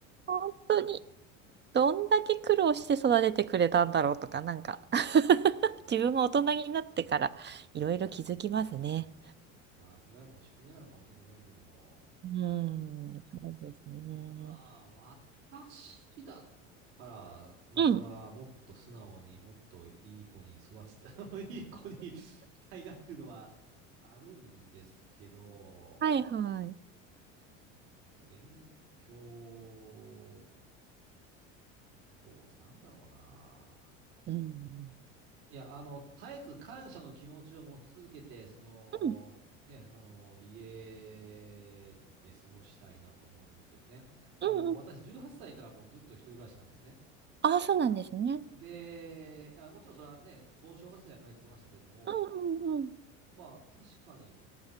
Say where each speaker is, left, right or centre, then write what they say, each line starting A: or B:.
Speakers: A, on the right (about 30°); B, on the right (about 65°).
A: 本当にどんだけ苦労して育ててくれたんだろうとか、なんか <laughs> 自分が大人になってからいろいろ気づきますね。
B: <laughs> まあそれはもう宿命なのかもしれませんけども、
A: うん、そうですね。
B: そうね今、私だったら、まあ、
A: うんうん。
B: それはもっと素直に、もっといい子に育ちた、<laughs> いい子にしたいなっていうのはあるんですけど、
A: はいはい。
B: そうですね、勉強と、なんだろうな。
A: うん。
B: いや、あの、絶えず感謝の気持ちを持ち続けて、その、
A: うん
B: ね、あの、家で過ごしたいなと思うんですね。あの、
A: うんうん。
B: 私、18歳からもうずっと一人暮らしなんですね。
A: ああ、そうなんですね。
B: で、あ、もちろんそれはね、盆正月には帰ってましたけれども、
A: うんうんうん。
B: まあ、確かに、